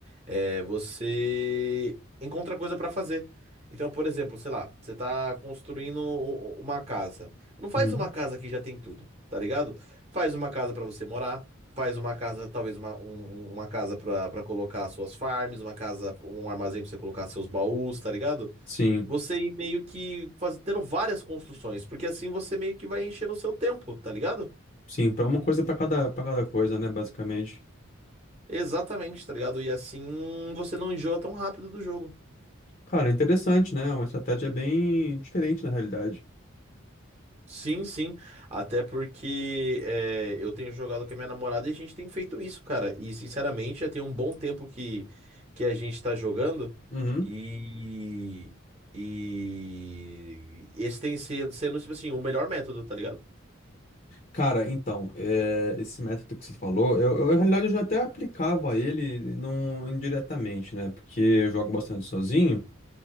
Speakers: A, on the right (about 30°); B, on the left (about 40°).
A: é, você encontra coisa pra fazer. Então, por exemplo, sei lá, você tá construindo u- u- uma casa. Não faz
B: Uhum.
A: uma casa que já tem tudo, tá ligado? Faz uma casa para você morar, faz uma casa, talvez uma, um- um, uma casa para colocar suas farms, uma casa, um armazém para você colocar seus baús, tá ligado?
B: Sim,
A: Você ir meio que faz, tendo várias construções, porque assim você meio que vai enchendo o seu tempo, tá ligado?
B: sim, para uma coisa para cada, para cada coisa, né, basicamente.
A: Exatamente, tá ligado? E assim você não enjoa tão rápido do jogo.
B: Cara, é interessante, né? é Uma estratégia bem diferente na realidade.
A: Sim, sim. Até porque é, eu tenho jogado com a minha namorada e a gente tem feito isso, cara. E sinceramente, já tem um bom tempo que, que a gente tá jogando.
B: Uhum.
A: E, e esse tem sido, sendo, tipo assim, o melhor método, tá ligado?
B: Cara, então, é, esse método que você falou, eu, eu, na realidade eu já até aplicava ele não indiretamente, né? Porque eu jogo bastante sozinho.